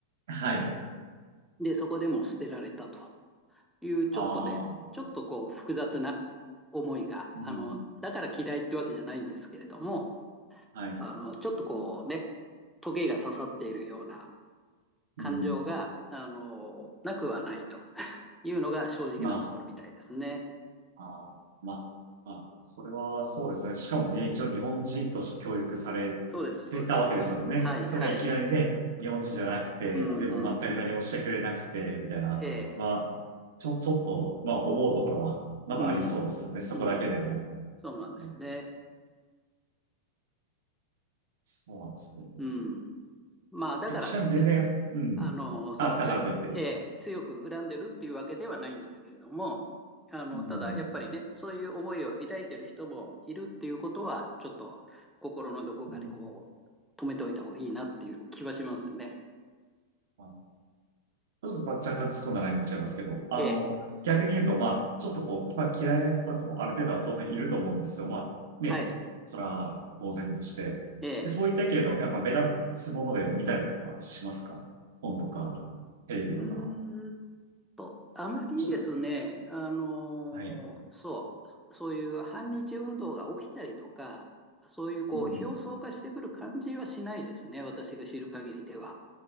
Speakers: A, on the right; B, in the centre.
A: はい。
B: で、そこでもう捨てられたという、ちょっとね、
A: ああ、
B: ちょっとこう複雑な思いが、
A: うん。
B: あの、だから嫌いってわけじゃないんですけれども、
A: はい。
B: あの、ちょっとこうね、トゲが刺さっているような感情が、
A: うん。
B: あの、なくはないというのが正直なところみたいですね。
A: まあ、あー、まあ、まあ、それはそうですね。しかも、一応日本人として教育されてたわけですもんね。
B: そうです、そうです。はい、
A: それがいきなりね、
B: はい。
A: 日本人じゃなくて、
B: うん、
A: でも全く何もしてくれなくて、
B: うん。
A: みたいな。
B: ええ、
A: まあ、ちょ、ちょっと、まあ、思うところは、まだありそうですよね。
B: うん、
A: そこだけでも。
B: うん。そうなんですね。
A: ねそうなんですよね。
B: うん。まあ、だからっつってね、
A: え、ちなみに全然、うん。
B: あの、そのつ、
A: あ、だからといって。
B: ええ、強く恨んでるっていうわけではないんですけれども、あの、
A: うん。
B: ただ、やっぱりね、そういう思いを抱いてる人もいるっていうことは、ちょっと心のどこかにこう、
A: うん
B: 止めておいた方がいいなっていう気はしますね。
A: あちょっと若干突っ込んだ内容になっちゃいますけど、あの、
B: ええ、
A: 逆に言うと、まあ、ちょっとこう、まあ、嫌いな人とかもある程度は当然いると思うんですよ。まあ、ね、
B: はい。
A: それは当然として。
B: ええ、
A: で、そういった意見の、やっぱ目立つもので見たりとかはしますか本とか、テレビとか。
B: うーんと、あまりですね、
A: ちょっと、
B: あのーそう、
A: はい。
B: そそういう反日運動が起きたりとか、そういうこう表層化してくる感じはしないですね、
A: うん。
B: 私が知る限りでは。